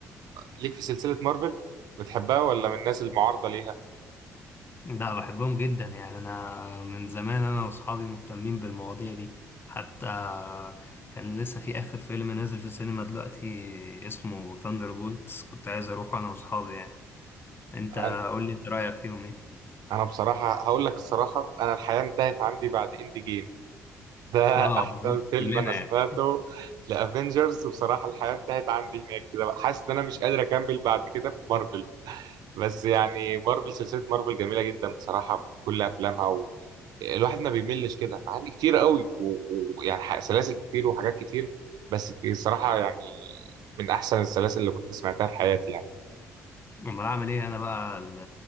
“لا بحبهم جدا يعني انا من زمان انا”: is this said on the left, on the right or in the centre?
Left